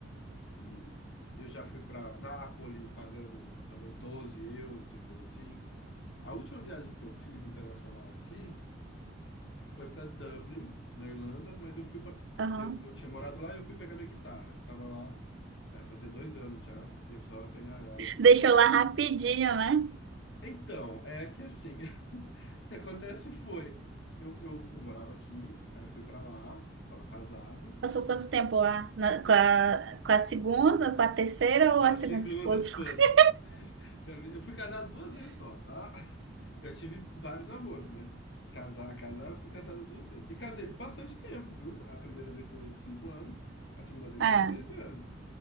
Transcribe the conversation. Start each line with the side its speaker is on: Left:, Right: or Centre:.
Left: E Eu já fui para Nápoles pagando também 12 euros e coisa assim. A última viagem que eu fiz internacional aqui foi para Dublin, na Irlanda, mas eu fui para
Right: Aham.
Left: porque eu, eu tinha morado lá e eu fui pegar minha guitarra. que Tava lá, é, fazia dois anos já, e eu precisava pegar ela e tal.
Right: Deixou lá rapidinho, né?
Left: Então, é que assim, <laughs> o que acontece foi, eu, eu, eu morava aqui, aí eu fui para lá, estava casado,
Right: Passou quanto tempo lá? Na-
Left: e,
Right: com a, com a segunda, com a terceira
Left: com
Right: ou a
Left: a
Right: segunda
Left: segunda
Right: esposa?
Left: esposa.
Right: <laughs>
Left: Pra mim- Eu fui casado duas vezes só, tá? Eu tive vários namoros, mas casar, casar, eu fui casado duas vezes. E casei bastante tempo, viu? A primeira vez foi cinco anos, a segunda vez
Right: É,
Left: foram seis anos.